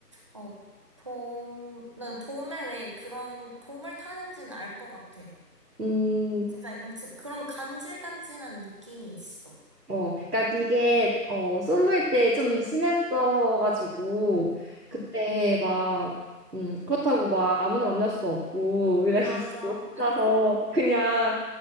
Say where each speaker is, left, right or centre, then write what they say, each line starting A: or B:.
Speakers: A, on the right; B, on the right.
A: 어, 봄, 난 봄에 왜 그런, 봄을 타는지는 알 것 같아.
B: 음.
A: 진짜 약간 지- 그런 간질간질한 느낌이 있어.
B: 어, 그러니까 이게 어 솔로일 때 좀 심했어가지고 그때
A: 응,
B: 막 음, 그렇다고 막 아무나 만날 수도 없고 이래가지고
A: 맞아.
B: 혼자서 그냥